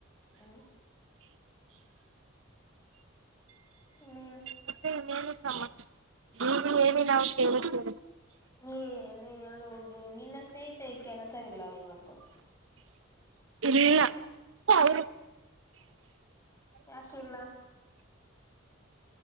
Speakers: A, on the left; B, on the right.
A: ಹ್ಮ್ ನೀ
B: ಮತ್ತೆನು ಸಮ ನೀ ಹೇಳಿ ನಾವು ಕೇಳುತ್ತೇವೆ
A: ಏಏನು ಹೇಳುವುದು ನಿನ್ನ ಸ್ನೇಹಿತ ಕೆಲಸವಿಲ್ಲವ ಇವತ್ತು
B: ಇಲ್ಲ ಅವ
A: ಯಾಕಿಲ್ಲ